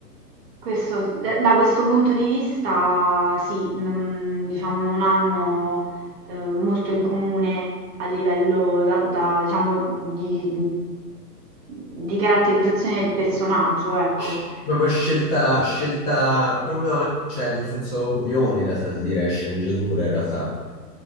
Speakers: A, on the right; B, on the left.
A: questo- da da questo punto di vista, sì, non, diciamo, non hanno eh, molto in comune a livello da- da, diciamo, di, di caratterizzazione del personaggio, ecco.
B: Cioè, Proprio scelta, scelta, proprio, a- cioè, nel senso copione in realtà, di dire, sceneggiatura in realtà,